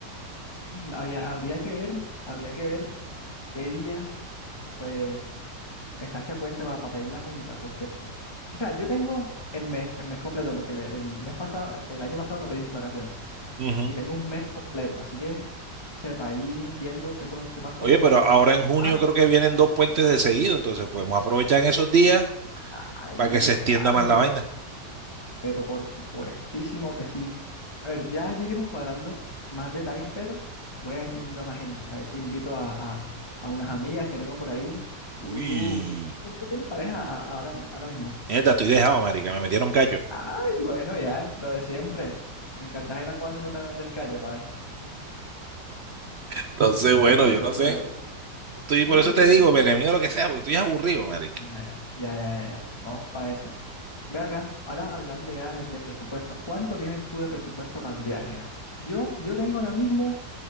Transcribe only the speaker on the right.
Ujú.
Oye, pero
ahora en junio
creo que vienen dos puentes de seguido, entonces podemos aprovechar en esos días
para que se extienda
más la vaina.
Uy,
neta, estoy dejado, marica, me metieron callo.
<laughs> Entonces,
bueno,
yo
no
sé.
Estoy, por
eso
te
digo,
me le mido lo que sea, porque estoy aburrido, marica.